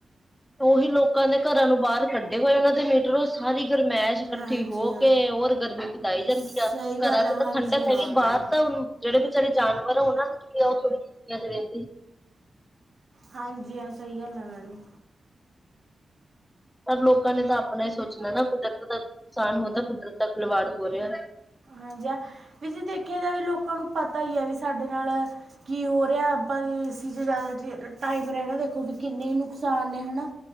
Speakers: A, in the centre; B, on the right (about 60°).
A: ਉ ਹੀ ਲੋਕਾਂ ਦੇ ਘਰਾਂ, ਨੂੰ ਬਾਹਰ ਕੱਢੇ ਹੋਏ ਉਹਨਾਂ ਦੇ ਮੀਟਰ ਉਹ ਸਾਰੀ ਗਰਮੈਸ਼। ਇਕੱਠੀ
B: ਹਾਂਜੀ
A: ਹੋ
B: ਹਾਂ
A: ਕੇ ਹੋਰ ਗਰਮੀ ਬਿਤਾਈ ਜਾਂਦੀ
B: ਸਹੀ
A: ਆ
B: ਗੱਲ
A: ਘਰਾਂ ਚ
B: ਹੈ ਹਾਂਜੀ
A: ਤਾਂ ਠੰਡਕ
B: ਹਾਂ
A: ਹੈਗੀ
B: ਮੈਡਮ
A: ਬਾਹਰ ਤਾਂ ਹੁਣ ਜਿਹੜੇ ਬੇਚਾਰੇ ਜਾਨਵਰ ਆ ਉਹਨਾਂ ਨੇ ਕੀ ਆ ਉਹ ਥੋੜੀ ਰਹਿੰਦੀ।
B: ਹਾਂਜੀ ਹਾਂ ਸਹੀ ਗੱਲ ਆ ਮੈਡਮ।
A: ਪਰ ਲੋਕਾਂ ਨੇ ਤਾਂ ਆਪਣਾ ਹੀ ਸੋਚਣਾ ਨਾ ਕੁਦਰਤ ਦਾ ਨੁਕਸਾਨ ਹੁੰਦਾ ਕੁਦਰਤ ਦਾ ਖਿਲਵਾੜ ਹੋ ਰਿਹਾ।
B: ਹਾਂਜੀ ਵੀ ਦੇਖਿਆ ਜਾਵੇ ਲੋਕਾਂ ਨੂੰ ਪਤਾ ਹੀ ਹੈ ਵੀ ਸਾਡੇ ਨਾਲ ਕੀ ਹੋ ਰਿਹਾ ਆਪਾਂ ਵੀ ਏਸੀ 'ਚ ਜ਼ਿਆਦਾ ਚ ਟਾਈਮ ਰਹਿਣਾ ਦੇਖੋ ਵੀ ਕਿੰਨੇ ਹੀ ਨੁਕਸਾਨ ਨੇ ਹੈਾ।